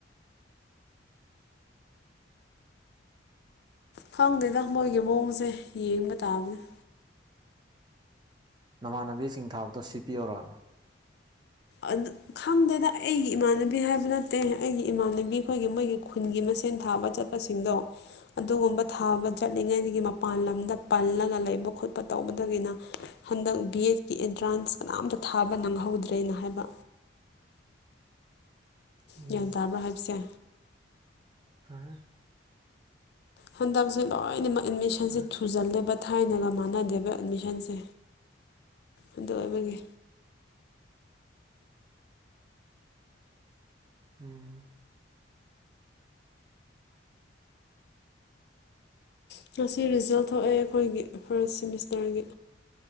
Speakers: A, on the left (about 55°); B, on the right (about 20°).
A: ꯈꯪꯗꯦꯗ ꯃꯣꯏꯒꯤ ꯃꯑꯣꯡꯁꯦ ꯌꯦꯡꯕ ꯇꯥꯕꯅꯦ
B: ꯅꯃꯥꯟꯅꯕꯤꯁꯤꯡ ꯊꯥꯕꯗꯣ ꯁꯤꯠꯄꯤꯌꯣꯔ
A: ꯑꯗꯨ ꯑꯗꯨ ꯈꯪꯗꯅ ꯑꯩꯒꯤ ꯏꯃꯥꯟꯅꯕꯤ ꯍꯥꯏꯕ ꯅꯠꯇꯦ ꯑꯩꯒꯤ ꯏꯃꯥꯟꯅꯕꯤ ꯑꯩꯈꯣꯏꯒꯤ ꯃꯣꯏꯒꯤ ꯈꯨꯟꯒꯤ ꯃꯁꯦꯟ ꯊꯥꯕ ꯆꯠ ꯇꯁꯤꯡꯁꯤꯡꯗꯣ ꯑꯗꯨꯒꯨꯝꯕ ꯊꯥꯕ ꯆꯠꯂꯤꯉꯩꯗꯒꯤ ꯃꯄꯥꯟ ꯂꯝꯗ ꯄꯜꯂꯒ ꯂꯩꯕ ꯈꯣꯠꯄ ꯇꯧꯕꯗꯒꯤꯅ ꯍꯟꯗꯛ ꯕꯤ ꯑꯦꯗꯀꯤ ꯑꯦꯟꯇ꯭ꯔꯥꯟꯁ ꯀꯅꯥꯝꯇ ꯊꯥꯕ ꯅꯪꯍꯧꯗ꯭ꯔꯦꯅ ꯍꯥꯏꯕ
B: ꯎꯝ
A: ꯒ꯭ꯌꯥꯟ ꯇꯥꯕ꯭ꯔꯥ ꯍꯥꯏꯕꯁꯦ
B: <inaudible>
A: ꯍꯟꯗꯛꯁꯦ ꯂꯣꯏꯅꯃꯛ ꯑꯦꯠꯃꯤꯁꯟꯁꯦ
B: ꯐꯔꯦ
A: ꯊꯨꯖꯜꯂꯦ ꯕꯠ ꯊꯥꯏꯅꯒ ꯃꯥꯟꯅꯗꯦꯕ ꯑꯦꯠꯃꯤꯁꯟꯁꯦ ꯑꯗꯨ ꯑꯣꯏꯕꯒꯤ
B: ꯎꯝ
A: ꯉꯁꯤ ꯔꯤꯖꯜ ꯊꯣꯛꯑꯦ ꯑꯩꯈꯣꯏꯒꯤ ꯐꯥꯔꯁ ꯁꯤꯦꯃꯤꯁꯇꯔꯒꯤ